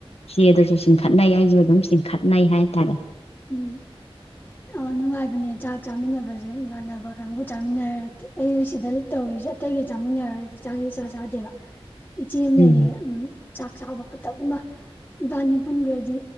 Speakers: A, on the left; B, on the left.
A: ꯆꯦ ꯑꯗꯨꯁꯨ ꯆꯤꯡꯈꯠꯅꯩ ꯑꯩꯁꯨ ꯑꯗꯨꯝ ꯆꯤꯡꯈꯠꯅꯩ ꯍꯥꯏꯇꯥꯔꯦ
B: ꯎꯝ ꯑ ꯅꯨꯡꯉꯥꯏꯕꯅꯦ ꯆꯥꯛ ꯆꯥꯃꯤꯟꯅꯕꯁꯦ ꯏꯃꯥꯟꯅꯕ ꯀꯥꯡꯕꯨ ꯆꯥꯃꯤꯟꯅꯔꯗꯤ ꯑꯩ ꯁꯤꯗ ꯇꯧꯔꯤꯁꯦ ꯑꯇꯩꯒ ꯆꯥꯃꯤꯟꯅꯔꯔꯗꯤ ꯆꯥꯛꯁꯤ ꯆꯥ ꯆꯥꯗꯦꯕ ꯏꯆꯦ ꯑꯃ
A: ꯎꯝ
B: ꯂꯩꯌꯦ ꯎ ꯆꯥꯛ ꯆꯥꯕ ꯈꯨꯇꯛ ꯑꯃ ꯏꯕꯥꯅꯤ ꯄꯨꯟꯈ꯭ꯔꯗꯤ